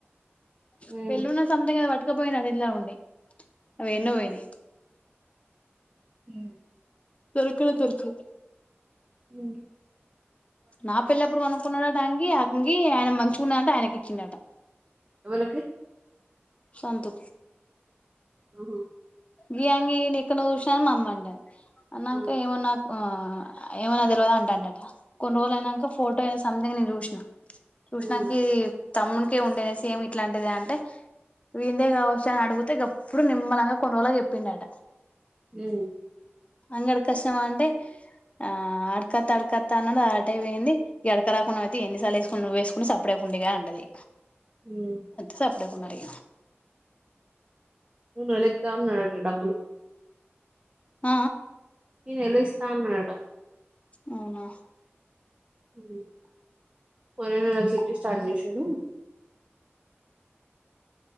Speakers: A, on the left (about 30°); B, on the right (about 35°).
A: <unintelligible>
B: ఉమ్
A: పటుకపోయిన అది ఇలా ఉండి అవి
B: ఉమ్
A: ఎన్నో పోయి <unintelligible>
B: ఇ
A: దొరకనే దొరకవ్
B: ఉ
A: నా పిల్లప్పుడు <unintelligible> అంగి ఆంగి ఆయన మంచుకున్నాంట ఆయనకి ఇచ్చిండట
B: ఎవలకి
A: సంతు
B: ఆహ
A: గి అంగి ఎక్కనో చూస అని మా అమ్మ అంటది అన్నంక
B: ఆ
A: ఏమో నా ఆ ఏమన తెలవద అంట <unintelligible> కొన్ని రోజులు అయినాక ఫోటో అయినా సంథింగ్ నేను చూసిన చూసినాక
B: ఉమ్
A: తమ్మునికే ఉండే నే సేమ్ ఇట్లాంటిదే అంటే <unintelligible> చ ఆడుగుతే గప్ ఇప్పుడు నిమ్మలంగ కొన్ని రోజలకు చెప్పిండట
B: ఉ
A: అంగడి కోస్తవ అంటే ఆ ఆడకత్త ఆడకత్త అన్నడు ఆటైపోయింది <unintelligible> రాకుండ అయితే ఎన్నిసార్లు వేసుకుని <unintelligible> సప్పడేకు ఉండగ అంటది
B: ఉ
A: సప్డేకునారి
B: మొన్నాడు ఇత్త అన్నడట డబ్బులు
A: ఆ
B: ఈ నెల్లో ఇస్తా అన్నడట
A: అవున
B: <unintelligible> స్టార్ట్ చేసిండు